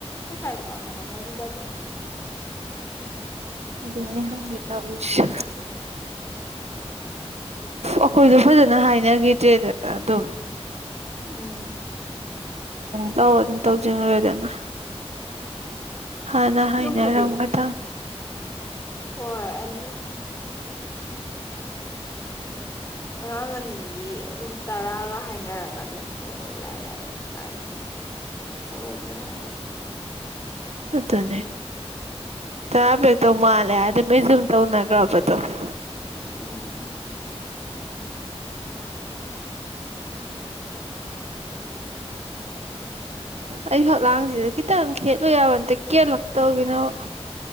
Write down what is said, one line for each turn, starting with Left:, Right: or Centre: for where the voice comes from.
Left: ꯄꯩꯁꯥ ꯃꯇꯥꯡꯗ ꯍꯥꯏꯅꯈꯤꯗꯕ꯭ꯔꯣ
Right: ꯑꯗꯨꯅ ꯍꯥꯏꯒꯦ ꯁꯧꯔꯤꯁꯦ ꯑꯩꯈꯣꯏꯁꯨꯣ ꯐꯖꯅ ꯍꯥꯏꯅꯈꯤꯗ꯭ꯔꯦꯗ ꯑꯗꯨ
Left: ꯎꯝ
Right: ꯇꯧꯔꯥꯗꯤ ꯇꯧꯁꯤꯟꯒꯦꯗꯥꯅ ꯍꯥꯟꯅ ꯍꯥꯏꯅꯔꯝꯒꯗ
Left: ꯑꯗꯨꯝ ꯍꯥꯏꯗꯤ ꯍꯣꯏ ꯑꯅꯤ ꯑꯉꯥꯡ ꯑꯅꯤꯒꯤ ꯑꯗꯨꯝ ꯇꯔꯥꯒ ꯍꯥꯏꯅꯔꯒ ꯑꯗꯨꯝ ꯍꯣꯏ ꯍꯣꯏ ꯌꯥꯔꯦ ꯌꯥꯔꯦ ꯀꯥꯏꯅ ꯇꯧꯈꯒ꯭ꯔꯦ ꯍꯥꯏꯕ
Right: ꯑꯗꯨꯅꯦ ꯇꯔꯥꯕꯦꯛꯇꯧ ꯃꯥꯜꯂꯦ ꯍꯥꯏꯗꯤ ꯃꯖꯨꯝ ꯇꯧꯅꯒꯔꯕꯗꯣ ꯑꯗꯨꯨꯅꯦ
Left: ꯑꯣ
Right: ꯑꯩ ꯐꯛꯂꯥꯡꯁꯤꯗ ꯈꯤꯇꯪ ꯈꯦꯠꯂꯨ ꯌꯥꯕꯇꯦ ꯀꯦꯜꯂꯛꯇꯧꯒꯤꯅꯕꯨ